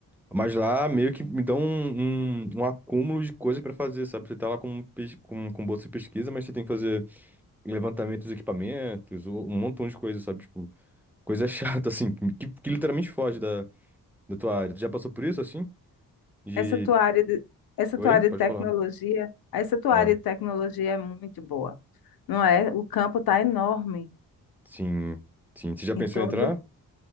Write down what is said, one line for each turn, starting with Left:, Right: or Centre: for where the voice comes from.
Centre: Mas lá meio que me dão um, um, um acúmulo de coisa pra fazer, sabe? Você tá lá com, pes- com, com bolsa de pesquisa, mas você tem que fazer levantamento dos equipamentos, um um montão de coisa, sabe? Tipo, coisa <laughs> chata, assim, que, que literalmente foge da, da tua área. Tu já passou por isso assim? De.
Left: Essa tua área de, essa
Centre: Oi?
Left: tua área
Centre: Pode
Left: de tecnologia,
Centre: falar.
Left: essa tua
Centre: Ah,
Left: área de tecnologia é muito boa, não é? O campo tá enorme
Centre: sim, sim. Você já pensou
Left: em todo.
Centre: em entrar?